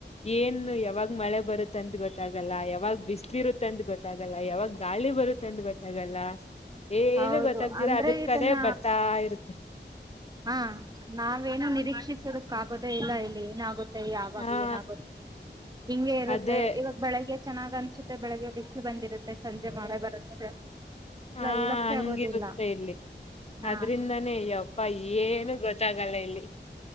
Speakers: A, on the left (about 35°); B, on the right (about 20°).
A: ಏನು ಯಾವಾಗ ಮಳೆ ಬರುತ್ತ ಅಂತ ಗೊತ್ತಾಗಲ್ಲ ಯಾವಾಗ್ ಬಿಸ್ಲಿ ಇರುತ್ತೆ ಅಂತ ಗೊತ್ತಾಗಲ್ಲ ಯಾವಾಗ ಗಾಳಿ ಬರುತ್ತೆ ಅಂದ ಗೊತ್ತಾಗಲ್ಲ ಏನು
B: ಹೌದು
A: ಗೊತ್ತಾಗ್ದೀರಾ
B: ಅಂದ್ರೆ
A: ಅದಕ್ಕದೆ
B: ಇದನ್ನ
A: ಕಡೆೇ ಬರ್ತಾ ಇರುತ್ತೆ
B: ಹಾ ನಾವೇನು ನಿರೀಕ್ಷಿಸದಕ್ಕ ಆಗೋದೇ ಇಲ್ಲ ಇಲ್ಲಿ ಏನಾಗ ಯಾವಾಗ
A: ಹಾ
B: ಏನಾಗುತ್ತೆ ಹಿಂಗೆ ಇರುತ್ತೆ
A: ಅದೇ
B: ಇವಾಗ ಬೆಳಗ್ಗೆ ಚೆನ್ನಾಗ್ ಅನ್ಸುತ್ತೆ ಬೆಳಿಗ್ಗೆ ಬಿಸಿಲು ಬಂದಿರುತ್ತೆ ಸಂಜೆ ಮಳೆ ಬರುತ್ತೆ ಇಲ್ಲ
A: ಹಾ
B: ಹೇಳಕ್ಕೆ
A: ಹಂಗಿರುತ್ತೆ
B: ಆಗೋದಿಲ್ಲ
A: ಇಲ್ಲಿ
B: ಹಾ
A: ಅದ್ರಿಂದಾನೇ ಯಪ್ಪ ಏನು ಗೊತ್ತಾಗಲ್ಲ ಇಲ್ಲಿ